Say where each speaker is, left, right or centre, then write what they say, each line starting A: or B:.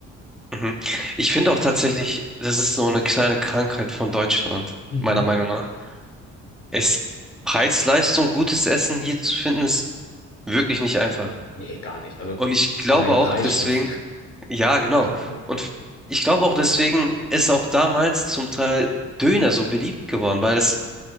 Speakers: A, in the centre; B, on the left (about 45°).
A: Mhm. Ich finde
B: Ja.
A: auch tatsächlich, das ist so eine kleine Krankheit von Deutschland,
B: Mhm.
A: meiner Meinung nach. Es Preis-Leistung, gutes Essen hier zu finden, ist wirklich nicht einfach.
B: Nee, gar nicht. Also
A: Und ich glaube
B: allein
A: auch
B: Preis
A: deswegen,
B: schon. <laughs>
A: ja, genau.
B: Ja.
A: Und f- ich glaube auch deswegen ist auch damals zum Teil Döner so beliebt geworden, weil es